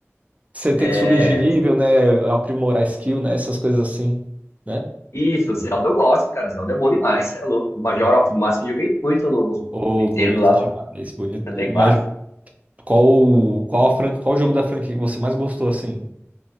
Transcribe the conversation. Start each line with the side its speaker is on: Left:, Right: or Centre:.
Right: você tem
Left: É...
Right: que subir de nível, né? Aprimorar skill, né? Essas coisas assim, né?
Left: Isso, Zelda eu gosto, cara. Zelda é bom demais, cê é louco. Majora of Mask eu joguei muito no,
Right: Ô,
Left: no Nintendo
Right: bonito
Left: lá,
Right: demais,
Left: no
Right: bonito.
Left: 64.
Right: Uma Qual, qual, a fran- qual o jogo da franquia que você mais gostou, assim?